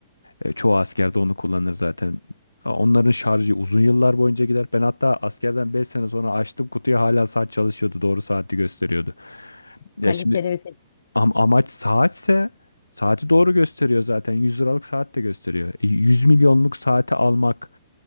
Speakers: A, on the left; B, on the left.
A: E, çoğu askerde onu kullanır zaten. Ha, Onların şarjı uzun yıllar boyunca gider. Ben hatta askerden 5 sene sonra açtım kutuyu hala saat çalışıyordu. Doğru saati gösteriyordu. Ya
B: kaliteli
A: şimdi
B: ve seç.
A: am- amaç saatse saati doğru gösteriyor zaten. yüz liralık saat de gösteriyor. E, 100 milyonluk saati almak